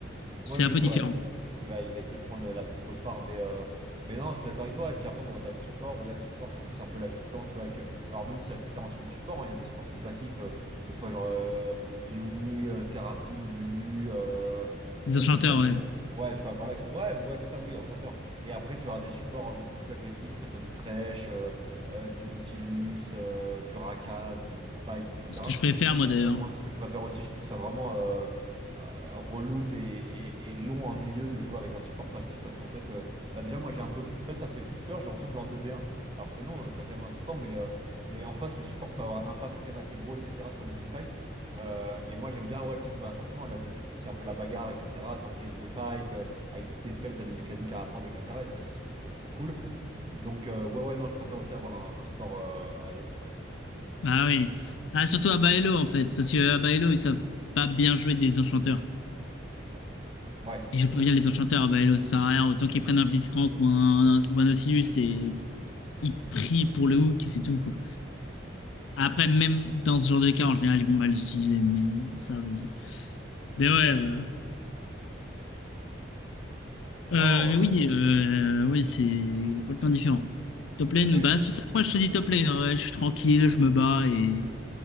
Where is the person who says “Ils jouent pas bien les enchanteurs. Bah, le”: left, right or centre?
Left